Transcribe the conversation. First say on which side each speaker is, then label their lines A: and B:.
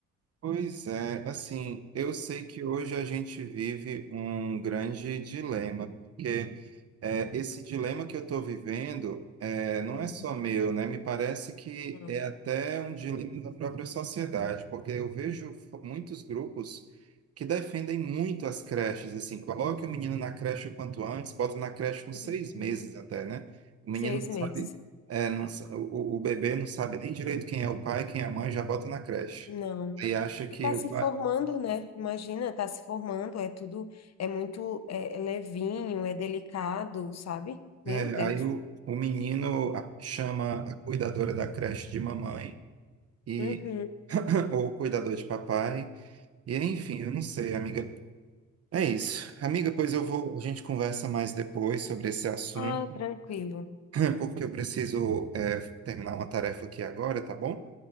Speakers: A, on the right (about 50°); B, on the left (about 60°).
A: Pois é, assim, eu sei que hoje a gente vive um grande dilema, porque é, esse dilema que eu estou vivendo é, não
B: Uhum.
A: é só meu, né? Me parece que
B: Não.
A: é até um dilema da própria sociedade, porque eu vejo f- muitos grupos que defendem muito as creches, assim, coloque o menino na creche o quanto antes, bota na creche com seis
B: Uhum.
A: meses até, né? O menino
B: Seis
A: não
B: meses.
A: sabe, é, não sa- o, o o bebê não sabe nem direito quem é o pai, quem é a mãe, já bota na creche.
B: Não.
A: Aí acha que
B: E tá
A: o
B: se
A: pai.
B: formando, né? Imagina, tá se formando, é tudo, é muito é, é levinho, é delicado, sabe? Meu
A: É,
B: Deus.
A: aí o, o menino a- chama a cuidadora da creche de mamãe, e,
B: Uhum.
A: <laughs> ou o cuidador de papai, e enfim, eu não sei, amiga. É isso. Amiga, pois eu vou. A gente conversa mais depois sobre esse assunto,
B: Ah, tranquilo.
A: né, porque eu preciso, é, terminar uma tarefa aqui agora, tá bom?